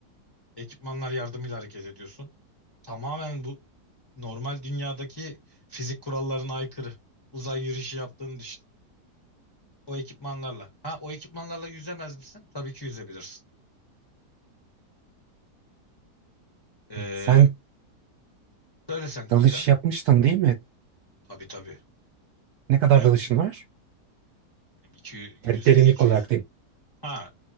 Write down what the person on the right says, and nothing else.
Sen
dalış yapmıştın değil mi?
Ne kadar
dalışın var?
Yani derinlik
olarak diyeyim.